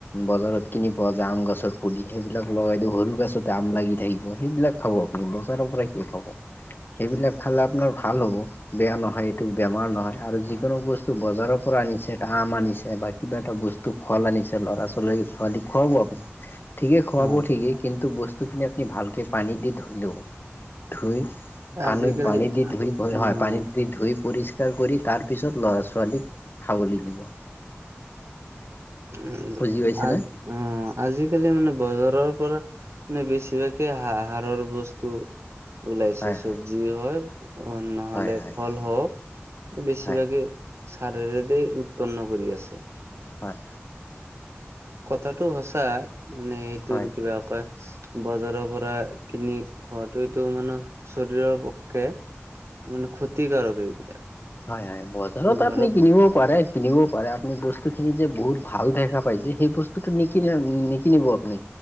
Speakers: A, on the left; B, on the right.
A: বজাৰত কিনি পোৱা যায় আম গছৰ পুলি সেইবিলাক লগাই দিব, সৰু গছতে আম লাগি থাকিব, সেইবিলাক খাব আপুনি, বজাৰৰ পৰা কিয় খাব? সেইবিলাক খালে আপোনাৰ ভাল হ'ব। বেয়া নহয় এইটো বেমাৰ নহয়, আৰু যিকোনো বস্তু বজাৰৰ পৰা আনিছে, এটা আম আনিছে বা কিবা এটা বস্তু টো ফল আনিছে ল'ৰা ছোৱালীক ছোৱালী খুৱাব আপুনি। ঠিকেই খুৱাব
B: অ
A: ঠিকেই কিন্তু, বস্তুখিনি আপুনি ভালকে পানী দি ধুই ল'ব ধুই পানীত
B: আজিকালি
A: পানী দি ধুই
B: উম
A: হয় পানী দি দি ধুই পৰি কৰি, তাৰপিছত ল'ৰা ছোৱালীক খাবলৈ দিব।
B: উম,
A: বুজি পাইছেনে?
B: আ আজিকালি মানে বজাৰৰ পৰা নানে বেছিভাগেই হাৰ হাৰৰ বস্তু ওলাইছে
A: হয়
B: চব্জি
A: হয়
B: হয়ক, অ', নহ'লে
A: হয় হয়
B: ফল
A: হয়
B: হওক বেছিভাগে
A: হয়
B: চাৰদ উৎপন্ন কৰি আছে।
A: হয়।
B: কথাটো সচাঁ, মানে সেইটো
A: হয়
B: কিবা কয় বজাৰৰ পৰা কিনি খোৱাটোৱেটো মানে শৰীৰৰ পক্ষে মানে ক্ষতিকাৰক এইবিলাক।
A: হয় হয়, বজাৰত
B: ঘৰত
A: আপুনি কিনিব পাৰে কিনিবও পাৰে আপুনি বস্তুখিনি যে বহুত ভাল দেখা পাইছে, সেই বস্তুটো নিকিনিব আপুনি।